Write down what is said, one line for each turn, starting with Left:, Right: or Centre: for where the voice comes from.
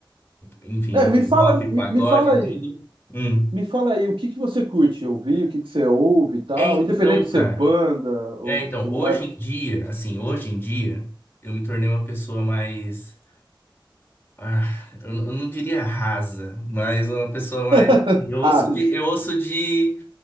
Left: enfim,
Right: É,
Left: hip
Right: me fala,
Left: hop,
Right: me,
Left: pagode,
Right: me fala aí,
Left: tudo. Hum.
Right: me fala aí, o que que você curte ouvir, o que que você ouve e tal,
Left: É, Então,
Right: independente de ser
Left: cara,
Right: banda ou,
Left: é, então,
Right: ou mais
Left: hoje em dia, assim, hoje em dia, eu me tornei uma pessoa mais Ah, eu, eu não diria rasa, mas uma pessoa mais.
Right: <laughs>
Left: assim, Eu ouço
Right: raso.
Left: de, eu ouço de,